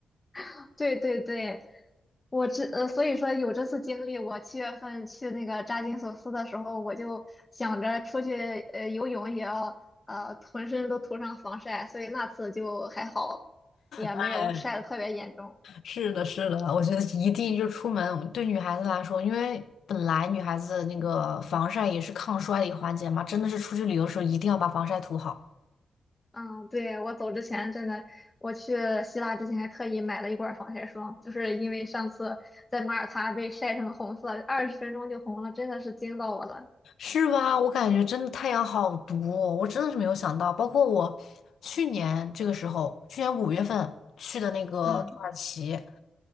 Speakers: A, on the left; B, on the left.
A: <laughs> 对对对，我这呃，所以说有这次经历，我七月份去那个扎金索斯的时候，我就想着出去呃游泳也要呃浑身都涂上防晒，所以那次就还好，也没有晒得特别严重。
B: 哎，是的，是的，我觉得一定就出门对女孩子来说，因为本来女孩子那个防晒也是抗衰的一个环节嘛，真的是出去旅游的时候一定要把防晒涂好。
A: 嗯，对，我走之前真的，我去希腊之前还特意买了一罐防晒霜，就是因为上次在马耳他被晒成红色，二十分钟就红了，真的是惊到我了。
B: 是吧？我感觉真的太阳好毒哦，我真的是没有想到。包括我去年这个时候，去年五月份去的那个土耳其，
A: 嗯，